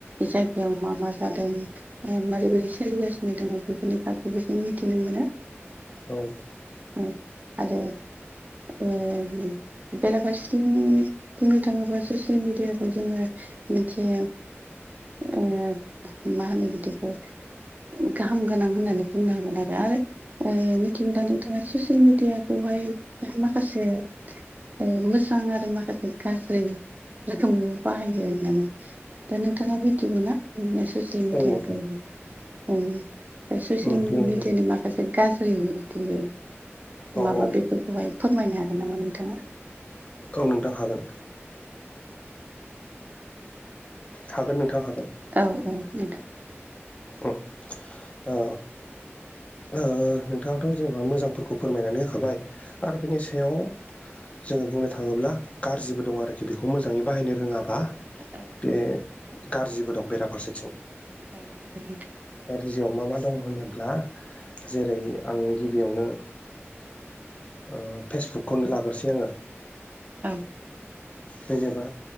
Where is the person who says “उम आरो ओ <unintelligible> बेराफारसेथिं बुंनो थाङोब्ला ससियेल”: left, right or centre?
Right